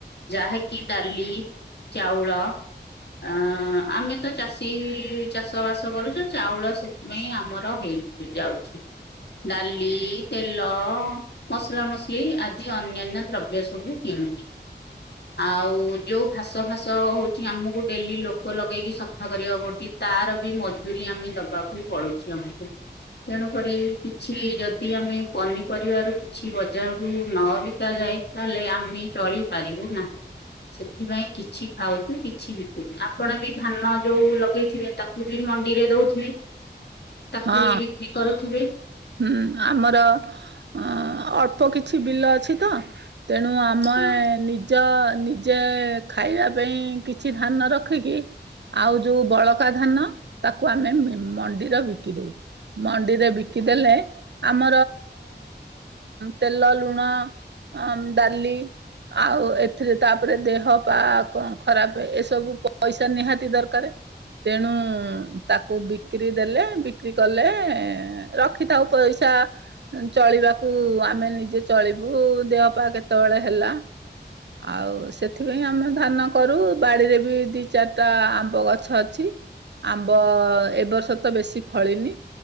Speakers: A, on the left (about 65°); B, on the right (about 70°).
A: ଯାହା କିି ଡାଲି, ଚାଉଳ ଅଁ ଆମେ ତ ଚାଷୀ ଚାଷ ବାସ କରୁଛୁ। ଚାଉଳ ସେଥିପାଇଁ ଆମର ହେଇ ଯାଉଛି। ଡାଲି, ତେଲ, ମସଲା ମସଲି ଆଦି ଅନ୍ୟାନ୍ୟ ଦ୍ରବ୍ୟ ସବୁ କିଣୁଛୁ। ଆଉ ଯୋଉ ଘାସ ଫାସ ହଉଛି ଆମକୁ ଡେଲି ଲୋକ ଲଗେଇକି ସଫା କରିବାକୁ ପଡୁଛି। ତାର ବି ମଜୁୁରୀ ଆମେ ଦବାକୁ ପଡୁଛି ଆମକୁ। ତେଣୁକରି କିଛି ଯଦି ଆମେ ପନିପରିବାରୁ କିଛି ବଜାରକୁ ନବିକା ଯାଏ, ତାହଲେ ଆମେ ଚଳି ପାରିବୁ ନାହିଁ। ସେଥିପାଇଁ କିଛି ଖାଉଛୁ କିଛି ବିକୁନୁ ଆପଣ ବି ଧାନ ଯୋଉ ଲଗେଇଥିବେ ତାକୁ ବି ମଣ୍ଡିରେ ଦଉଥିବେ? ତାକୁ
B: ହଁ
A: ବି ବିକ୍ରି କରୁଥିବେ
B: ହୁଁ ଆମର ଅଁ ଅଳ୍ପ କିଛି ବିଲ ଅଛି ତ ତେଣୁ ଆମେ
A: ହଁ
B: ନି ନିଜ ନିଜେ ଖାଇବା ପାଇଁ କିଛି ଧାନ ରଖିକି ଆଉ ଯୋଉ ବଳକା ଧାନ ତାକୁ ଆମେ ମଣ୍ଡିର <unintelligible> ମଣ୍ଡିରେ ବିକିଲେ ଆମ ତେଲ ଲୁଣ ହଁ ଆଁ ଡାଲି ଆଉ ଏଥିରେ ତାପରେ ଦେହ ପା କ ଖରାପ ଏସବୁ ପଇସା ନିହାତି ଦରକାରେ ତେଣୁ ତାକୁ ବିକ୍ରି ଦେଲେ ବିକ୍ରି କଲେ ରଖିଥାଉ ପଇସା ଚଳିବାକୁ ଆମେ ନିଜେ ଚଳେଇ <unintelligible> ବୁ ଦେହପା କେତେବେଳେ ହେଲା ଆଉ ସେଥିପାଇଁ ଆମେ ଧାନ କରୁ ବାଡିରେ ବି ଦି ଚାରିଟା ଆମ୍ବ ଗଛ ଅଛି ଆମ୍ବ ଏ ବର୍ଷ ତ ବେଶୀ ଫଳିନି